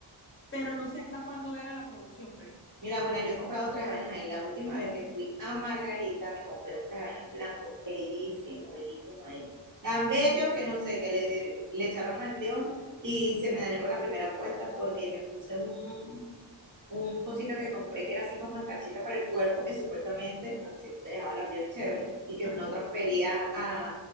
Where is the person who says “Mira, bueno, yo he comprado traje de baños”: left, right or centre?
Right